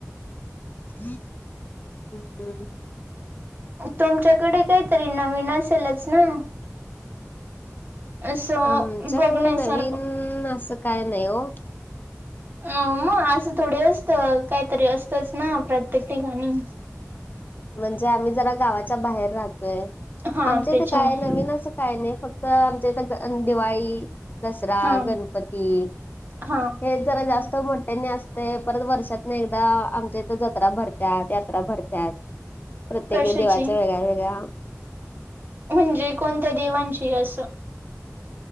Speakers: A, on the left; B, on the right.
A: हम् हम्.
B: तुमच्याकडे काहीतरी नवीन असेलच ना. असं
A: आमच्याकड
B: बघण्यासारखं
A: नवीन असं काय नाही हो.
B: अ मग असं थोडी असत काहीतरी असतच ना प्रत्येक ठिकाणी
A: म्हणजे आम्ही जरा गावाच्या बाहेर राहतोय
B: हा
A: आमच इथे
B: त्याच्यामुळे
A: काय नवीन असं काय नाही फक्त आमच्या इथं दिवाळी दसरा
B: हा
A: गणपती
B: हा
A: हे जरा जास्त म्हटते नाही अस. ते परत वर्षात ना एकदा आमच्या इथे जत्रा भरत्याात यात्रा भरत्याात. प्रत्येकी
B: कशाची
A: देवाच्या वेगळ्या वेगळ्या
B: म्हणजे कोणत्या देवांशी असं.